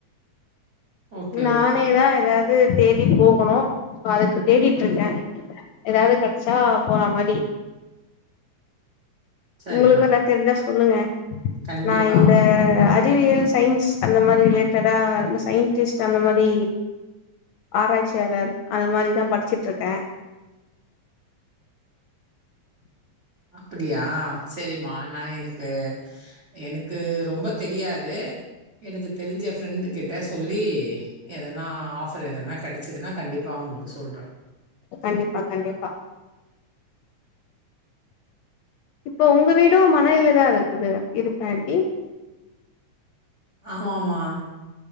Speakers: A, on the right (about 75°); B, on the left (about 80°).
A: ஓகே,
B: நானேதா
A: ஓகே.
B: ஏதாவ்து தேடி போகணு இப்ப அதுக்கு தேடிட்டு இருக்க ஏதாது கெச்சா போற மாரி
A: சரிம்மா.
B: உங்களுக்கு எதா தெரிஞ்சா சொல்லுங்க
A: கண்டிப்பா.
B: நா இந்த அத் திவியல் சயின்ஸ் அந்த மாரி ரிலேட்டடா இந்த சயின் டிஸ்ட் அந்த மாரி ஆராய்ச்சியாளர் அந்த மாரி தா படிச்சிட்டுருக்கேன்
A: அப்படியா செரிமா நா எனக்கு எனக்கு ரொம்ப தெரியாது எனக்கு தெரிஞ்ச ஃப்ரெண்டு கிட்ட சொல்லி எதனா ஆஃபர் எதனா கடைச்சிதுன்னா கண்டிப்பா ஒங்களுக்கு சொல்ற
B: கண்டிப்பா கண்டிப்பா இப்போ உங்க வீடும் மணயிலதா இருக்குது இருக்கா ஆண்ட்டி
A: ஆமாமா